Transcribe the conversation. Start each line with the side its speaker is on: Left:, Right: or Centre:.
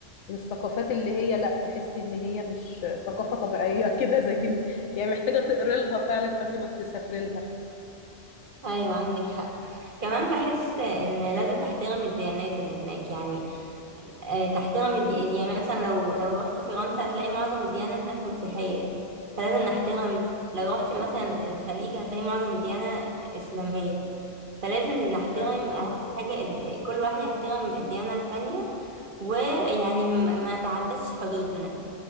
Left: من الثقافات اللي هي لا تحسي ان هي مش ثقافة طبيعية <laughs> كده زي إن- يعني محتاجة تقري لها فعلا قبل ما تسافري
Right: ايوه عندك حق كمان بحس ان لازم تحترم الديانات اللي هناك يعني آه، تحترم الدي... يعني مثلا لو لو رحتي فرنسا هتلاقي معظم الديانة هناك مسيحية فلازم نحترم لو رحتي مثلا الخليج هتلاقي معظم الديانة إسلامية فلازم نحترم
Left: لها
Right: أهم حاجة الد- كل واحد يحترم الديانة التانية ويعني ما ما تعدش حدودنا